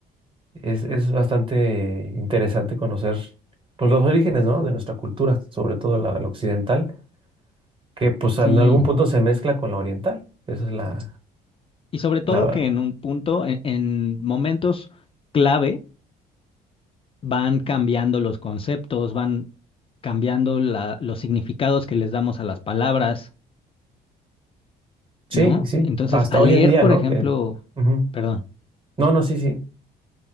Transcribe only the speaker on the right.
es, es bastante interesante conocer pues los orígenes, ¿no? de nuestra cultura, sobre todo la, la occidental, que pues
en algún punto se mezcla con la oriental. Esa es la,
la...
Sí,
sí,
hasta
hoy
en día,
¿no?
Que... Ujú.
No, no, sí, sí,